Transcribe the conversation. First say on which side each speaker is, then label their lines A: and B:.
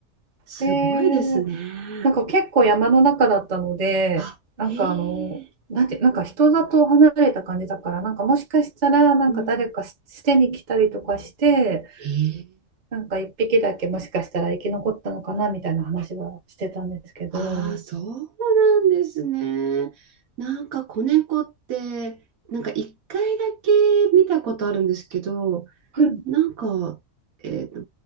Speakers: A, on the right; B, on the right.
A: <laughs>
B: すごいですね。
A: えーなんか結構山の中だったので、
B: あ、
A: なんかあの、
B: へえ、
A: なんて、なんか人里離れた感じだから、なんかもしかしたら、なんか誰かし捨てに来たりとかして、
B: うん。へえ。
A: なんか一匹だけもしかしたら生き残ったのかなみたいな話はしてたんですけど、
B: ああ、
A: も
B: そうなんですね。なんか子猫って、なんか一回だけ見たことあるんですけど、
A: う、
B: なんか、えっと、